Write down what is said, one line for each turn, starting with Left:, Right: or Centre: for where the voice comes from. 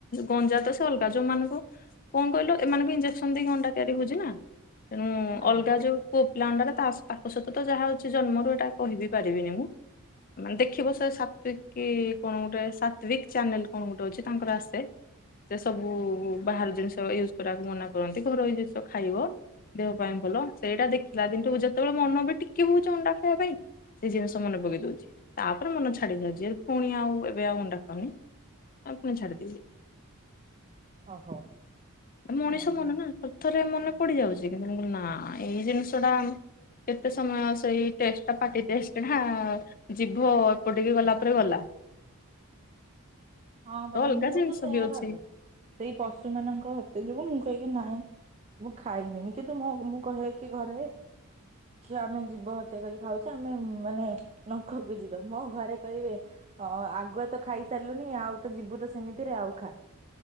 Left: ଗଞ୍ଜଆ ତ ସେ ଅଲଗା ଯୋଉ ମାନଙ୍କୁ କଣ କହିଲ ଏମାନଙ୍କୁ ଇଞ୍ଜେସନ ଦେଇକି ଅଣ୍ଡା ତିଆରି ହଉଚି ନା ତେଣୁ
Right: ଆଜ୍ଞା
Left: ଅଲଗା ଯୋଉ ପୁଅ ପିଲା ଅଣ୍ଡା ଟା ତାଙ୍କ ସହିତ ତ ଯାହା ହଉଚି ଜନ୍ମରୁ ଏଇଟା କହିବି ପାରିବିନି ମୁଁ ମାନେ ଦେଖିବ ସେ ସାତ୍ଵିକ କି କଣ ଗୋଟେ ସାତ୍ଵିକ ଚ୍ୟାନେଲ କଣ ଗୋଟେ ଅଛି ତାଙ୍କର ଆସେ। ସେଥରେ ସବୁ ବାହାର ଜିନିଷ ୟୁଜ କରିବାକୁ ମନା କରନ୍ତି ଘରୋଇ ଜିନିଷ ଖାଇବ। ଦେହ ପାଇଁ ଭଲ ସେଇଟା ଦେଖିଲା ଦିନଠୁ ଯେତେବେଳେ ମନ ବି ଟିକେ ହଉଚି ଅଣ୍ଡା ଖାଇବା ପାଇଁ ସେଇ ଜିନିଷ ମନେ ପକେଇ ଦଉଚି। ତାପରେ ମନେ ଛାଡି ଯାଉଚି ପୁଣି ଆଉ ଏବେ ଆଉ ଅଣ୍ଡା ଖାଉନି। ଆଉ ପୁଣି ଛାଡ଼ି ଦେଇଚି।
Right: ଓହୋ।
Left: ମଣିଷ
Right: ହଁ
Left: ମନ
Right: ହଁ।
Left: ନା ଥରେ ଥରେ ମନେ ପଡିଯାଉଚି କିନ୍ତୁେ କହିଲି ନା ଏଇ ଜିନିଷ ଟା କେତେ ସମୟ ସେଇ ଟେଷ୍ଟ ଟା ପାଟି ଟେଷ୍ଟ ଟା ଜିଭ ଅଳ୍ପ ଟିକେ ଗଲା ପରେ ଗଲା।
Right: ହଁ
Left: ତ
Right: ପରା
Left: ଅଲଗା
Right: ମୁଁ
Left: ଜିନିଷ
Right: ତ ସେଇୟା
Left: ବି ଅଛି
Right: ଭାବେ। ସେଇ ପଶୁ ମାନଙ୍କ ହତ୍ୟା ଯୋଗୁଁ ମୁଁ କହେକି ନାହିଁ। ମୁଁ ଖାଇବିନି କିନ୍ତୁ ମୁଁ ମୁଁ କହେ କି ଘରେ କି ଆମେ ଜୀବ ହତ୍ୟା କରି ଖାଉଚେ ଆମେ ମାନେ ନର୍ଖ କୁ ଯିବା ମୋ ଘରେ କହିବେ ଅ ଆଗୁଆ ତ ଖାଇସାରିଲୁଣି ଆଉ ତ ଯିବୁ ତ ସେମିତିରେ ଆଉ ଖା।